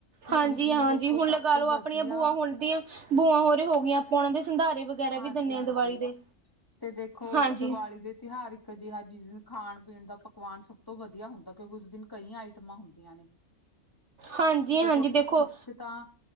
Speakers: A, on the left; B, on the right.
A: ਤੇ
B: ਹਾਂਜੀ
A: ਉਸ ਦਿਨ
B: ਹਾਂਜੀ
A: ਦੇਖੋ
B: ਹੁਣ
A: ਸਭ
B: ਲਗਾ
A: ਤੋਂ
B: ਲਓ
A: ਵਧੀਆ
B: ਆਪਣੀਆਂ ਬੂਆਆਂ ਹੁਣ ਦੀਆਂ ਬੂਆਂ ਹੋਰ ਹੋ ਗਈਆਂ ਆਪਾਂ ਉਹਨਾਂ ਦੇ ਸੰਧਾਰੇ ਵਗੈਰਾ
A: ਹਾਂਜੀ
B: ਵੀ ਦਿੰਦੇ
A: ਹਾਂਜੀ
B: ਹਾਂ ਦੀਵਾਲੀ ਦੇ
A: ਤੇ ਦੇਖੋ
B: ਹਾਂਜੀ।
A: ਦੀਵਾਲੀ ਦੇ ਤਿਉਹਾਰ ਇੱਕ ਅਜਿਹਾ ਜਿਸ ਦਿਨ ਖਾਣ ਪੀਣ ਦਾ ਪਕਵਾਨ ਸਭ ਤੋਂ ਵਧੀਆ ਹੁੰਦਾ, ਕਿਉਂਕਿ ਉਸ ਦਿਨ ਕਈ ਆਈਟਮਾਂ ਹੁੰਦੀਆਂ ਨੇ।
B: ਹਾਂਜੀ
A: ਤੇ
B: ਹਾਂਜੀ
A: ਹੁਣ
B: ਦੇਖੋ
A: ਇੱਕ ਤਾਂ,